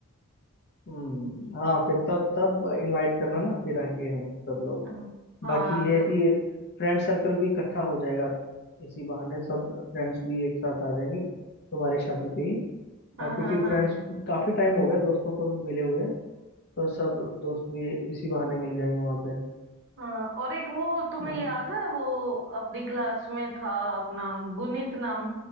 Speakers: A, on the left (about 45°); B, on the right (about 55°).
A: हम्म हाँ फिर तब तब इनवाइट करना ना फिर आएंगे हम सब लोग
B: हाँ हाँ,
A: बाकी ये
B: जरूर
A: है कि एक फ्रेंड सर्कल भी इकट्ठा हो जाएगा इसी बहाने सब फ्रेंड्स भी एक साथ आ जाएंगे तुम्हारी शादी पे ही और
B: हाँ
A: क्योंकि
B: हाँ हाँ
A: फ्रेंड्स काफी टाइम हो गया दोस्तों को भी मिले हुए तो सब दोस्त भी इसी बहाने मिल जाएंगे वहाँ पे
B: हाँ और एक वो तुम्हें
A: हाँ,
B: याद है वो अपनी क्लास में था अपना गुनीत नाम